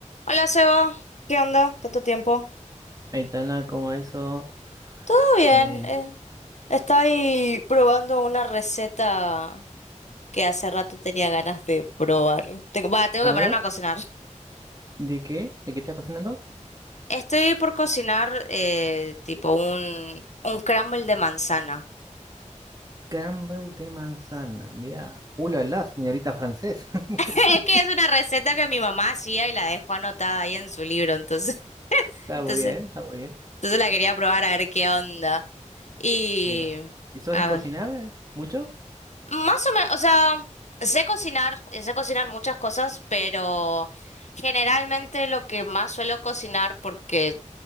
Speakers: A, on the left; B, on the right.
A: Hola Seba, ¿qué onda? ¿Tanto tiempo?
B: Aitana, como eso.
A: Todo bien,
B: eh,
A: eh, estoy probando una receta que hace rato tenía ganas de probar. Tengo, va, tengo
B: a
A: que ponerme
B: ver,
A: a cocinar.
B: ¿de qué? ¿De qué estás cocinando?
A: Estoy por cocinar eh, tipo un, un crumble de manzana.
B: Campbell de manzana. Mira, ulala, señorita francés. <laughs>
A: <laughs> Es que es una receta que mi mamá hacía y la dejó anotada ahí en su libro, entonces, <laughs>
B: Está
A: entonces,
B: muy bien, está muy bien.
A: entonces la quería probar a ver qué onda. Y...
B: Mira, ¿y sos
A: A
B: de cocinar
A: ver.
B: eh? mucho?
A: Más o menos, o sea, sé cocinar, sé cocinar muchas cosas, pero generalmente lo que más suelo cocinar porque